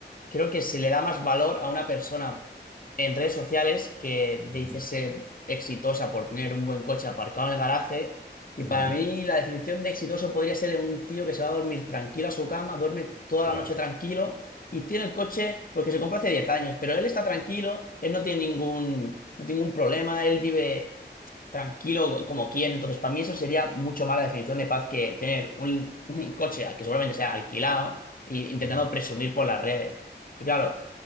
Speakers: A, on the left (about 50°); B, on the right (about 20°).
A: creo que se le da más valor a una persona en redes sociales que
B: Ujú,
A: dice ser exitosa por tener un buen coche aparcado en el garaje. Y
B: ujú,
A: para mí la definición de exitoso podría ser un tío que se va a dormir tranquilo a su cama, duerme toda
B: Claro,
A: la noche tranquilo y tiene el coche porque se compró hace 10 años, pero él está tranquilo, él no tiene ningún, no tiene ningún problema, él vive tranquilo como quiere. Entonces, para mí eso sería mucho más la definición de paz que tener un, <laughs> un coche que seguramente sea alquilado e intentando
B: ujú,
A: presumir por las redes. Y claro,